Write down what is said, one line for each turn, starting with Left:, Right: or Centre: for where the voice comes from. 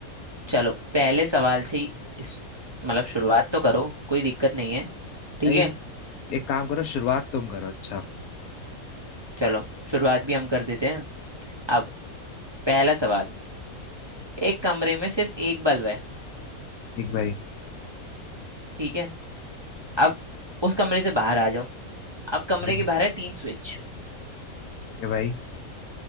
Right: चलो पहले सवाल से ही इस मतलब शुरुआत तो करो कोई दिक्कत नहीं है ठीक
Left: भाई
Right: है
Left: एक काम करो शुरुआत तुम करो अच्छा
Right: चलो शुरुआत भी हम कर देते हैं
Left: ठीक
Right: अब पहला सवाल एक कमरे में सिर्फ एक बल्ब है
Left: है भाई
Right: ठीक है अब उस कमरे से बाहर आ जाओ
Left: ठीक
Right: अब कमरे
Left: भाई आ
Right: के
Left: गए
Right: बाहर है तीन स्विच
Left: ठीक है भाई